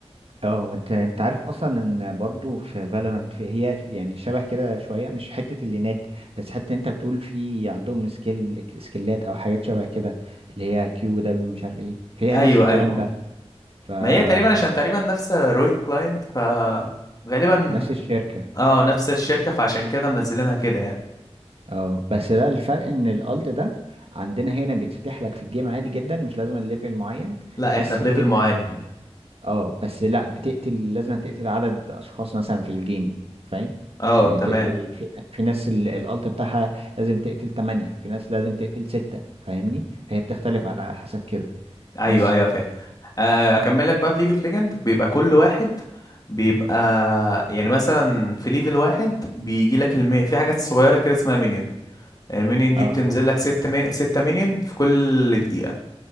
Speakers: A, on the right; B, on the left.
A: اه انت انت عارف اصلا ان برضو في فالورانت في هي يعني شبه كده شويه مش حته اللينات بس حتى انت بتقول في عندهم سكيل سكيلات او حاجات شبه كده اللي هي كيو دبليو مش عارف ايه فيها
B: ايوه
A: نفس الكلام
B: ايوه
A: ده فبس
B: ما هي تقريبا عشان تقريبا نفس رويت كلاينت ف غالبا
A: نفس الشركه
B: اه نفس الشركة فعشان كده منزلينها كده يعني
A: اه بس بقى الفرق ان الالت ده عندنا هنا بيتفتح لك في الجيم عادي جدا مش لازم الليفل معين
B: لا
A: بس
B: احنا بليفل معين
A: اه بس لا بتقتل لازم تقتل عدد اشخاص مثلا في الجيم فاهم
B: اه
A: يعني
B: تمام
A: تقتل في في ناس ال- الالت بتاعها لازم تقتل تمانية في ناس لازم تقتل ستة فاهمني فهي بتختلف على حسب كده
B: ايوه
A: بس
B: ايوه فاهم آه، اكمل لك بقى في ليج اوف ليجند بيبقى كل واحد بيبقى يعني مثلا في ليفل واحد بيجي لك المي... في حاجات صغيرة كده اسمها مinion المينيون دي
A: اه
B: بتنزل لك ست مي... ستة مينيون في كل دقيقة